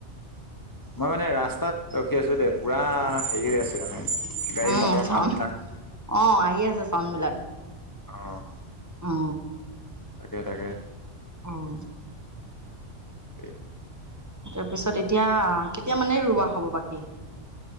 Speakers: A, on the left; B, on the right.
A: মই মানে ৰাস্তাত ৰখি আছো দেই। পুৰা হেৰি হৈ আছে মানে। গাড়ী
B: উম,
A: মটৰৰ
B: চন
A: মাতবিলাক
B: অ আহি আছে চন বিলাক।
A: অ।
B: অ।
A: তাকে, তাকে।
B: উম।
A: <inaudible>
B: তাৰপিছত এতিয়া কেতিয়া মানে ৰোৱা হব বাকী?